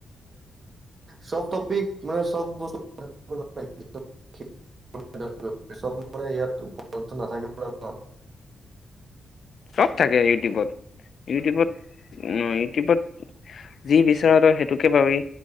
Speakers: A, on the right; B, on the left.
A: চব টপিক মানে চব বস্তু <unintelligible> <unintelligible> চব মানে ইয়াত উপলব্ধ নাথাকিবলৈ <inaudible>
B: চব থাকে ইউটিউবত, ইউটিউবত অ ইউটিউবত যি বিচৰা তই সেইটোকে পাবি।